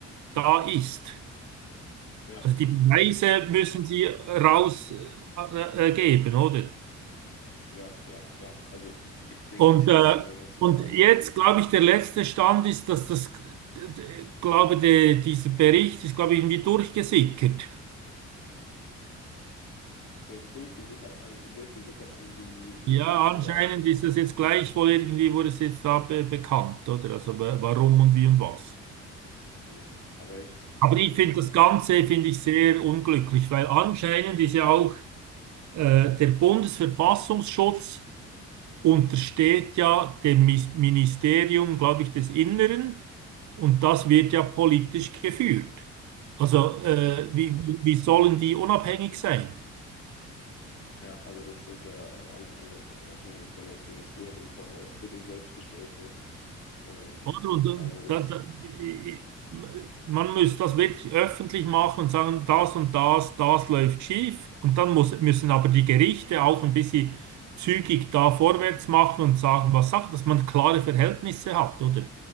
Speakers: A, on the right; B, on the left.
A: da ist.
B: Ja,
A: Also die Beweise müssen sie rausgeben, äh, äh, geben, oder?
B: ja, ja, ja. Also ich denke,
A: Und,
B: ich sehe
A: äh,
B: das da ganz
A: und
B: genauso.
A: jetzt, glaube ich, der letzte Stand ist, dass das, äh, d- d- glaube der, dieser Bericht ist, glaube ich, irgendwie durchgesickert.
B: Der ist durchgesichert, an- durchgesickert an die Medien
A: Ja, anscheinend
B: oder?
A: ist das jetzt gleichwohl irgendwie, wurde es jetzt da be bekannt, oder? Also wa- warum und wie und was.
B: Mhm. Aber jetzt
A: Aber
B: kam,
A: ich finde das Ganze, finde ich sehr unglücklich, weil anscheinend ist ja auch äh, der Bundesverfassungsschutz untersteht ja dem Mis- Ministerium, glaube ich, des Inneren und das wird ja politisch geführt. Also äh,
B: mhm.
A: wie, wie wie sollen die unabhängig sein?
B: Ja, also das ist ja alles andere von unabhängig, wenn das Ministerium von der SPD selbst gestellt wird. Ähm,
A: Oder? Und dann,
B: also das.
A: dann, dann, i- i- man muss das wirklich öffentlich machen und sagen, das und das, das läuft schief. Und dann muss, müssen aber die Gerichte auch ein bisschen zügig da vorwärts machen und sagen, was Sache, dass man klare Verhältnisse hat, oder?